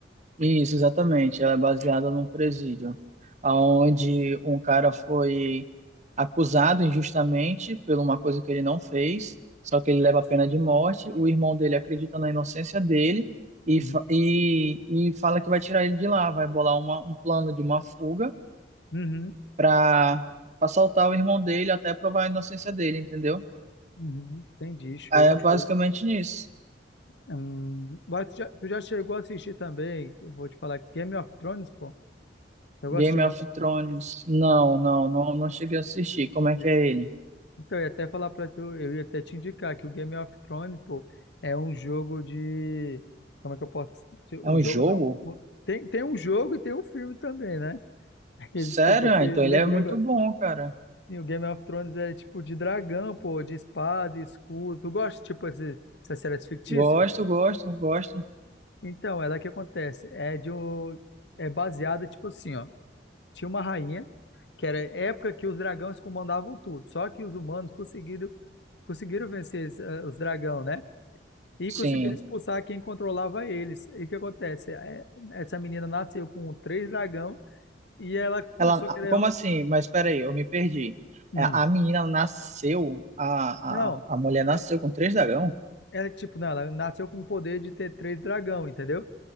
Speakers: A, on the right (about 40°); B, on the left (about 70°).
A: Isso, exatamente. Ela é baseada num presídio, onde um cara foi acusado injustamente por uma coisa que ele não fez, só que ele leva a pena de morte. O irmão dele acredita na inocência dele e,
B: Uhum.
A: fa- e, e fala que vai tirar ele de lá, vai bolar uma, um plano de uma fuga
B: Uhum,
A: para assaltar o irmão dele até provar a inocência dele, entendeu?
B: uhum. Entendi, show,
A: Aí é basicamente
B: show.
A: nisso.
B: Hum, mas tu já, tu já chegou a assistir também, eu vou te falar, Game of Thrones, pô? Eu gosto
A: Game
B: de
A: of
B: Game of
A: Thrones. Não, não, não, não cheguei a assistir. Como é que
B: Thrones.
A: é ele?
B: Então, eu ia até falar pra tu, eu ia até te indicar que o Game of Thrones, pô, é um jogo de. Como é que eu posso. dizer? Um
A: É um
B: jogo
A: jogo?
B: não. O- Tem, tem um jogo e tem um filme também, né? <laughs> Aqui,
A: Sério?
B: Desculpa, porque
A: Ah,
B: eu
A: então ele
B: lembrei
A: é muito
B: agora.
A: bom, cara.
B: Sim, o Game of Thrones é tipo de dragão, pô, de espada, escudo. Tu gosta, tipo, esses- essas séries fictícias?
A: Gosto, gosto, gosto.
B: Então, ela é que acontece. É de um. É baseada, tipo assim, ó. tinha uma rainha, que era época que os dragões comandavam tudo. Só que os humanos conseguiram, conseguiram vencer es- eh, os dragões, né? E
A: Sim.
B: conseguiram expulsar quem controlava eles. E o que acontece? É, Essa menina nasceu com três dragão e ela começou
A: Ela,
B: a
A: ah,
B: querer.
A: como assim? Mas peraí, eu me perdi.
B: Hum.
A: A a menina nasceu, a,
B: Não,
A: a, a mulher nasceu
B: é,
A: com três dragão?
B: ela tipo, não, ela nasceu com o poder de ter três dragão, entendeu?